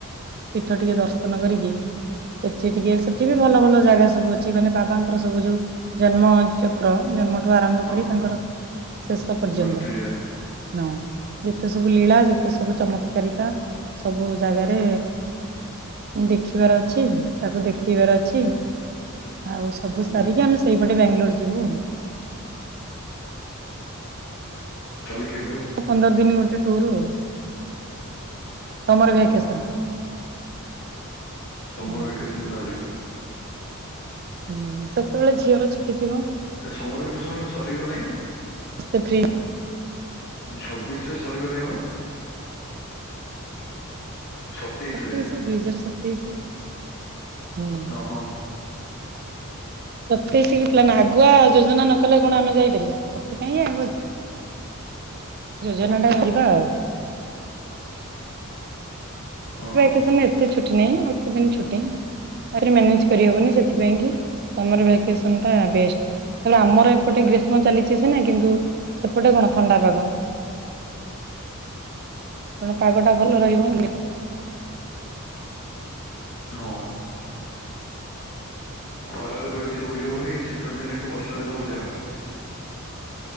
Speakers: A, on the right; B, on the left.
A: ପୀଠ ଟିକେ ଦର୍ଶନ କରିକି। ସେଠି ଟିକେ ସେଠି ବି ଭଲ ଭଲ ଜାଗା ସବୁ ଅଛି ମାନେ ବାବାଙ୍କର ସବୁ ଯୋଉ। ଜନ୍ମଚକ୍ର ଜନ୍ମଠୁ ଆରମ୍ଭ
B: ହଁ
A: କରି ତାଙ୍କର ଶେଷ ପର୍ଯ୍ୟନ୍ତ।
B: ମୃତ୍ୟୁଜା
A: ନ ଯେତେ ସବୁ ଲୀଳା ଯେତେ ସବୁ ଚମକ। ସକାରିତା ସବୁ ଜାଗାରେ। ଦେଖିବାର ଅଛି ତାକୁ ଦେଖେଇବାର ଅଛି। ଆଉ ସବୁ
B: ହୁଁ ହୁଁ।
A: ସାରିକି ଆମେ ସେଇପଟେ ବାଙ୍ଗାଲୋର ଯିବୁ ଆଉ।
B: ତାଲ କେ।
A: ପନ୍ଦର ଦିନ ଗୋଟେ ଟ ଆ ସମର ଭକସ।
B: ଓହୋ ସମର
A: ହଁ
B: ଭେକସନ୍ ତାହଲେ
A: ହୁଁ ସେତେବେଳେ ଝିଅର ଛୁଟି ଥିବ।
B: ଏ ସମରେ ଭ୍ୟାକେସନ ବା ସରିଗଲାଣିଁ।
A: ସୁକ୍ରଆ ଫ୍ରି।
B: ଛବିଶ ରେ ସରିଗଲାଣି ବା। ସତେଇଶ
A: ସତେଇଶି
B: ରେ
A: ଦୁଇ ହଜାର ସତେଇଶି। ହୁଁ
B: ଓହୋ।
A: ସତେଇଶିକି ପ୍ଲାନ ଆଗୁଆ ଯୋଜନା ନ କଲେ କଣ ଆମେ ଯାଇପାରିବା ସେଥିପାଇଁଗ। ଯୋଜନା ଟା ଯିବା ଆଉ।
B: ଓହୋ
A: କେସନ ଏତେ ଛୁଟି ନାହିଁ ଅଳ୍ପ ଦିନ ଛୁଟି। ତାରେ ମ୍ୟାନେଜ କରିହବନି ସେଥିପାଇଁ କି ସମର ଭ୍ୟାକସନ ଟା ବଷ୍ଟ। ୁ ଆମର ଏପଟେ ଗ୍ରୀଷ୍ମ ଚାଲିଛି ସନା କିନ୍ତୁ ସେପଟେ କଣ ଥଣ୍ଡା ପାଗ। ତଣ ପାଗଟା ଭଲ ରହିବ।
B: ହଁ। ଖରାରେ ତ ବେଶୀ ବୁଲି ହଉନି ଶୀତ ଦିନ କି ବର୍ଷା ଦିନେ ବୁଲିବା କଥା।